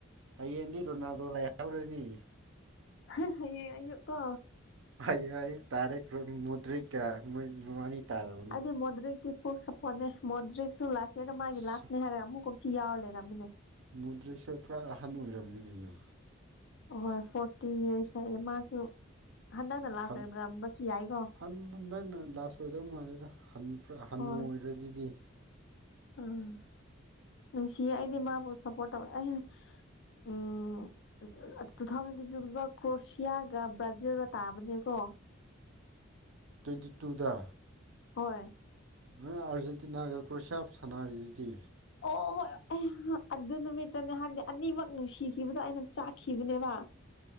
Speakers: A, on the right (about 85°); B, on the left (about 65°).
A: ꯍꯌꯦꯡꯗꯤ ꯔꯣꯅꯥꯜꯗꯣ ꯂꯩꯍꯧꯔꯅꯤ
B: <unintelligible> ꯍꯥꯌꯦꯡ ꯑꯌꯨꯛꯀꯣ
A: ꯍꯌꯦꯡ ꯑꯌꯨꯛ ꯇꯥꯔꯦ <unintelligible> ꯃꯨꯗꯔꯤꯛꯀ ꯃꯣꯏꯕꯥꯅꯤ ꯇꯥꯔꯕꯅꯦ
B: ꯑꯗꯨꯗꯤ ꯃꯣꯗ꯭ꯔꯤꯛꯇꯤ ꯐꯨꯜ ꯁꯞꯄꯣꯔꯠꯅꯦ ꯃꯣꯗ꯭ꯔꯤꯛꯁꯨ ꯂꯥꯁ ꯌꯔꯗ ꯃꯥꯒꯤ
A: ꯑꯁ
B: ꯂꯥꯁꯅꯦ ꯍꯥꯏꯔꯒ ꯑꯃꯨꯛ ꯀꯨꯝꯁꯤ ꯌꯥꯎꯔ ꯂꯩꯔꯝꯃꯤꯅꯦ
A: ꯃꯨꯗ꯭ꯔꯤꯛꯁꯦ ꯄꯨꯔꯥ ꯑꯍꯜ ꯑꯣꯏꯔꯕꯅꯤ ꯀꯩꯅꯣ
B: ꯍꯣꯏ ꯐꯣꯔꯇꯤ ꯌꯤꯔꯁ ꯍꯥꯏꯌꯦ ꯃꯥꯁꯨ ꯍꯟꯗꯛꯅ ꯂꯥꯁ
A: ꯍꯟ
B: ꯑꯣꯏꯔꯝꯕꯁꯨ ꯌꯥꯏꯀꯣ
A: ꯍꯟ ꯍꯟꯗꯛꯅ ꯂꯥꯁ ꯑꯣꯏꯗꯧ ꯃꯥꯜꯂꯦꯗ ꯍꯟ ꯄꯨꯔꯥ ꯍꯟꯅꯨ
B: ꯍꯣꯏ
A: ꯑꯣꯏꯔꯦ ꯖꯤꯗꯤ
B: ꯎꯝ ꯅꯨꯡꯁꯤꯌꯦ ꯑꯩꯗꯤ ꯃꯥꯕꯨ ꯁꯞꯄꯣꯔꯠ ꯇꯧꯋꯦ ꯑꯩ ꯎꯝ ꯇꯨꯊꯥꯎꯖꯟ ꯇ꯭ꯋꯦꯟꯇꯤꯇꯨꯗꯥ ꯀ꯭ꯔꯣꯁꯤꯌꯥꯒ ꯕ꯭ꯔꯥꯖꯤꯜꯒ ꯇꯥꯕꯅꯦꯀꯣ
A: ꯇ꯭ꯋꯦꯟꯇꯤ ꯇꯨꯗ
B: ꯍꯣꯏ
A: ꯫ <unintelligible> ꯑꯥꯔꯖꯦꯟꯇꯤꯅꯥꯒ ꯀ꯭ꯔꯣꯁꯤꯌꯥ ꯁꯥꯟꯅꯔꯤꯁꯤꯗꯤ
B: ꯑꯣ ꯑꯣ <unintelligible> ꯑꯗꯨ ꯅꯨꯃꯤꯠꯇꯅꯦ ꯍꯥꯏꯗꯤ ꯑꯅꯤꯃꯛ ꯅꯨꯡꯁꯤꯈꯤꯕꯗꯣ ꯑꯩꯅ ꯆꯥꯛꯈꯤꯕꯅꯦꯕ